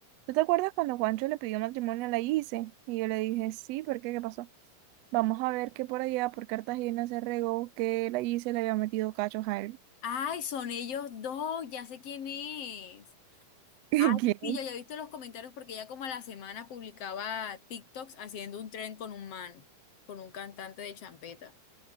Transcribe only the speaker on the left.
Ay, son ellos dos, ya sé quién es.
Ay,
sí, yo ya he visto los comentarios porque ella como a la semana publicaba TikToks haciendo un tren con un man, con un cantante de champeta.